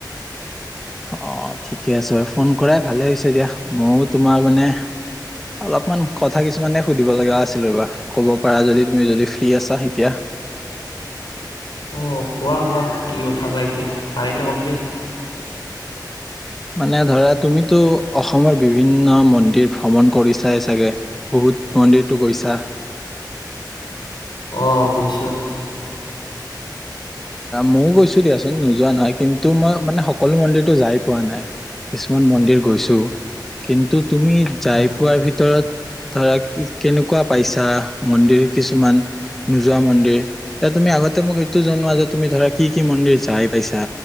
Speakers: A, in the centre; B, on the left.
A: অ ঠিকে আছে বাৰু ফোন কৰাই ভালে হৈছে দিয়া ময়ো তোমাক মানে অলপমান কথা কিছুমানে সুধিব লগা আছিল ৰবা ক'ব পাৰা যদি তুমি যদি ফ্ৰী আছা এতিয়া
B: আহ কোৱা কোৱা কি কথা বা এতিয়া পাৰিলে কম দিয়া
A: মানে ধৰা তুমিতো অসমৰ বিভিন্ন মন্দিৰ ভ্ৰমণ কৰিছাই চাগে বহুত মন্দিৰটো গৈছা
B: আহ বুজিছো
A: ময়ও গৈছো দিয়াচোন নোযোৱা নহয় কিন্তু মই মানে সকলো মন্দিৰতে যাই পোৱা নাই কিছুমান মন্দিৰ গৈছো কিন্তু তুমি যাই
B: অঁ
A: পোৱাৰ ভিতৰত ধৰক কেনেকুৱা পাইছা মন্দিৰ কিছুমান নোযোৱা মন্দিৰ এতি তুমি আগতে মোক এইটো তুমি ধৰা কি কি মন্দিৰ যাই পাইছা